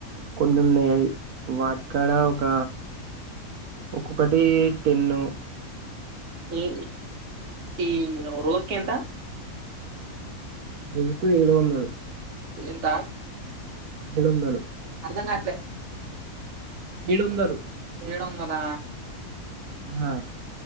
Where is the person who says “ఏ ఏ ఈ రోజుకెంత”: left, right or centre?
Right